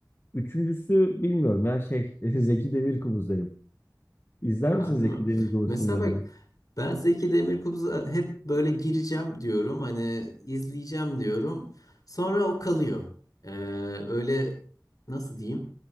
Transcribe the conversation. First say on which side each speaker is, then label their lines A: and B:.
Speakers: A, on the left; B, on the left.
A: Üçüncüsü bilmiyorum ya şey <laughs> Zeki Demirkubuz derim. İzler
B: Harbi
A: misin Zeki
B: mi?
A: Demirkubuz
B: Mesela
A: filmlerini?
B: bak ben Zeki Demirkubuz'a hep böyle gireceğim diyorum. Hani izleyeceğim diyorum. Sonra o kalıyor. Ee, öyle nasıl diyeyim?